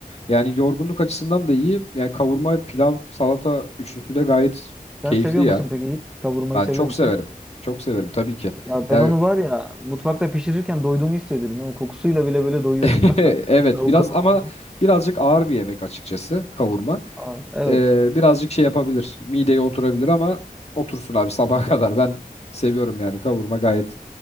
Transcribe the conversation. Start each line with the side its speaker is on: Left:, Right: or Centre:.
Left: Yani yorgunluk açısından da iyi. Yani kavurma, pilav, salata üçlüsü de gayet
Centre: Sen
Left: keyifli
Centre: seviyor
Left: ya.
Centre: musun peki Yiğit? Kavurmayı
Left: Ben
Centre: seviyor
Left: çok
Centre: musun?
Left: severim. Çok severim tabii ki.
Centre: Ya
Left: Ya
Centre: ben onu var ya mutfakta pişirirken doyduğumu hissediyorum. Yani kokusuyla bile böyle doyuyorum
Left: <laughs>
Centre: ya. <laughs>
Left: evet
Centre: Tavuk
Left: biraz
Centre: kavurmanın.
Left: ama birazcık ağır bir yemek açıkçası kavurma.
Centre: Ağır. Evet.
Left: Ee, birazcık şey yapabilir. Mideye oturabilir ama otursun abi sabaha <laughs> kadar. Ben seviyorum yani kavurma gayet